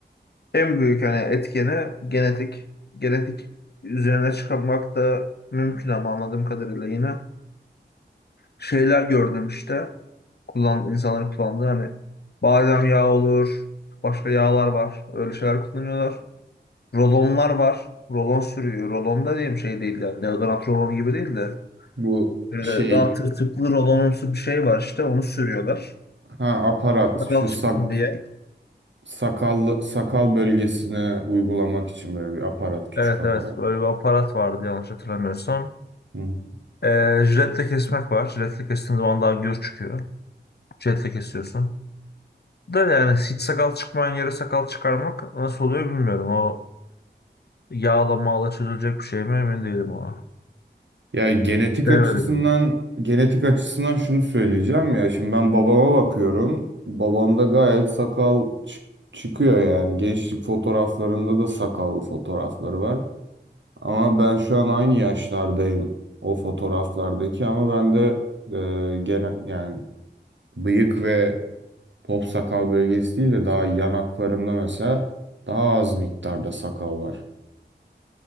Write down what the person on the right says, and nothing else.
Bu
şey
ha aparat
şu
sak,
sakal sakal bölgesine uygulamak için böyle bir aparat küçük
aparat.
Hı hı.
Ya genetik
açısından
genetik açısından şunu söyleyeceğim ya şimdi ben babama bakıyorum. Babamda gayet sakal çı- çıkıyor yani gençlik fotoğraflarında da sakal fotoğrafları var. Ama ben şu an aynı yaşlardayım o fotoğraflardaki ama bende e, gene yani bıyık ve top sakal bölgesi değil de daha yanaklarımda mesela daha az miktarda sakal var.